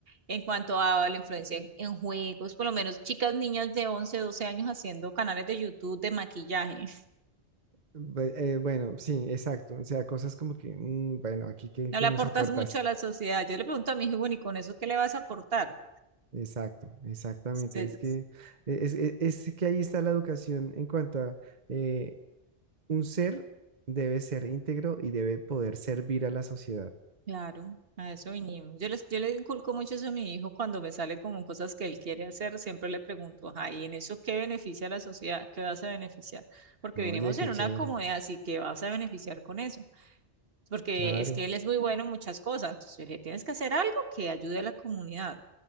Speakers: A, on the right; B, on the right.
A: en cuanto a la influencia en, en juegos. Por lo menos chicas, niñas de 11 12 años haciendo canales de YouTube de maquillaje.
B: bu- eh, bueno, sí, exacto, o sea, cosas como que, "Mm, bueno, aquí, ¿qué,
A: No
B: qué
A: le aportas
B: nos aportas?
A: mucho a la sociedad. Yo le pregunto a mi hijo, bueno, ¿y con eso qué le vas a aportar?
B: Exacto, exactamente.
A: Este,
B: Es que, es, es- es que ahí está la educación en cuanto a eh, un ser debe ser íntegro y debe poder servir a la sociedad.
A: Claro, a eso vinimos. Yo, les, yo le inculco mucho eso a mi hijo cuando me sale como cosas que él quiere hacer, siempre le pregunto, ay, ¿y en eso qué beneficia a la sociedad? ¿Qué vas a beneficiar? Porque
B: Oye,
A: venimos
B: qué
A: en
B: chévere.
A: una comunidad, así que vas a beneficiar con eso. Porque
B: Claro,
A: es que él es muy bueno en muchas cosas, entonces le tienes que hacer algo que ayude a la comunidad.